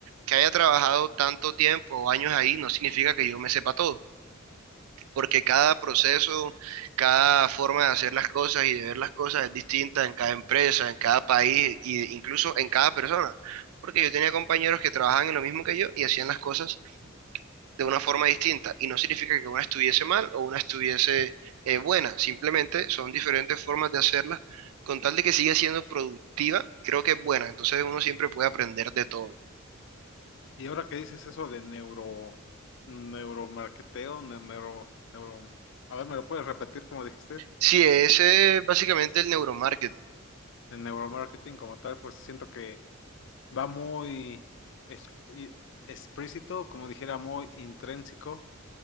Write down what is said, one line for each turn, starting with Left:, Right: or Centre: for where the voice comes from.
Right: que haya trabajado tanto tiempo o años ahí, no significa que yo me sepa todo, porque cada proceso, cada forma de hacer las cosas y de ver las cosas es distinta en cada empresa, en cada país e incluso en cada persona. Porque yo tenía compañeros que trabajaban en lo mismo que yo y hacían las cosas de una forma distinta. Y no significa que una estuviese mal o una estuviese eh, buena, simplemente son diferentes formas de hacerla. Con tal de que siga siendo productiva, creo que es buena. Entonces uno siempre puede aprender de todo.
Left: Y ahora que dices eso de neuro, neuromarketeo, ne- neuro, neuro, a ver, ¿me lo puedes repetir como dijiste?
Right: Sí, ese es básicamente el neuromarketing.
Left: El neuromarketing como tal, pues siento que va muy es- y- explícito, como dijera, muy intrínseco,